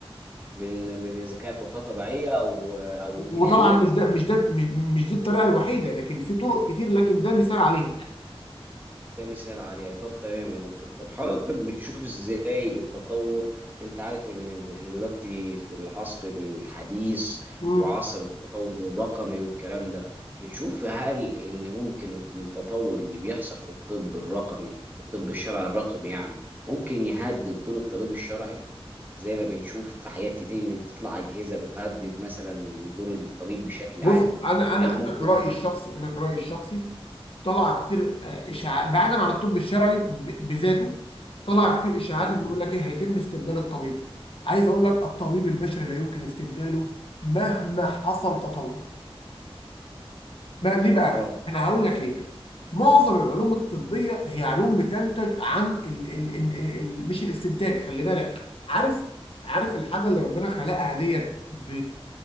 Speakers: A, on the right (about 20°); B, on the left (about 65°).
A: بين بين اذا كانت وفاه طبيعيه او او جنائيه
B: وطبعا مش ده مش ده مش, مش دي الطريقه الوحيده لكن في طرق كتير لكن ده مثال عليها يعني
A: ده مثال عليها طب تمام يا دكتور طب حضرتك بتشوف ازاي التطور انت عارف ان ال- احنا دلوقتي في العصر الحديث
B: مم.
A: وعصر التطور الرقمي والكلام ده بتشوف هل ان ممكن التطور اللي بيحصل في الطب الرقمي الطب الشرعي الرقمي يعني ممكن يهدد دور الطبيب الشرعي زي ما بنشوف في حاجات كتير ان بتطلع اجهزه بتهدد مثلا دور الطبيب بشكل
B: بص
A: عام
B: انا انا
A: هل
B: انا
A: ممكن
B: كرايي الشخصي انا كرايي الشخصي طلع كتير آه، اشاعات بعيدا عن الطب الشرعي ب- بذاته طلع كتير اشاعات
A: تمام
B: بيقول لك ايه هيتم استبدال الطبيب عايز اقول لك الطبيب البشري لا يمكن استبداله مهما حصل تطور بقى ليه بقى؟
A: اه
B: انا هقول لك ليه. معظم العلوم الطبيه هي علوم بتنتج عن ال ال ال ال مش الاستنتاج خلي بالك عارف عارف الحاجه اللي ربنا خلقها ديت ب